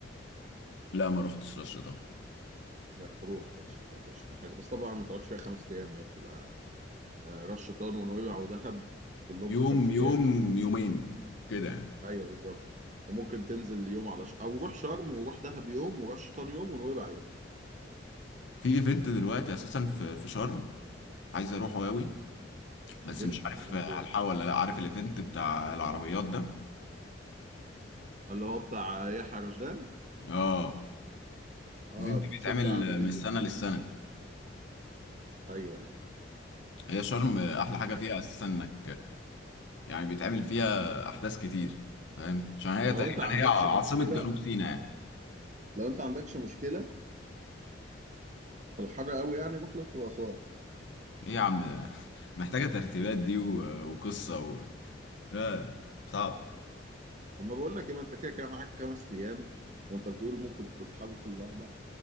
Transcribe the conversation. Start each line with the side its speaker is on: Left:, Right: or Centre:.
Left: لا ما رحتش رشة ده
Right: لا تروح راس شيطان راس شيطان حلو بس طبعا ما تقعدش فيها خمس ايام هي بتبقى آه راس شيطان ونويبع ودهب كلهم
Left: يوم
Right: في خمس
Left: يوم
Right: ايام
Left: يومين كده يعني.
Right: ايوه بالظبط وممكن تنزل يوم على ش... او روح شرم وروح دهب يوم وراس شيطان يوم ونويبع يوم
Left: في ايفنت دلوقتي اساسا في في شرم عايز اروحه قوي بس
Right: ايفنت
Left: مش عارف
Right: ايفنت
Left: هلحقه ولا لا عارف الايفنت بتاع العربيات ده
Right: اللي هو بتاع يحيى رشدان
Left: اه
Right: اه
Left: ايفنت
Right: كنت
Left: بيتعمل
Right: شفت عنه فيديو
Left: من السنة للسنة
Right: ايوه ايوه
Left: هي شرم احلى حاجة
Right: عارف.
Left: فيها اساسا انك يعني بيتعمل فيها أحداث كتير فاهم عشان هي
Right: ما لو
Left: تقريبا
Right: انت عندكش
Left: هي عاصمة
Right: مشكله
Left: جنوب سيناء يعني
Right: لو انت عندكش مشكله في الحر قوي يعني روح الاقصر واسوان
Left: إيه يا عم ده <laughs> محتاجة ترتيبات دي و- وقصة و... لا صعب
Right: طب ما بقول لك ايه ما انت كده كده معاك خمس ايام وانت بتقول ممكن تتحرك الاربع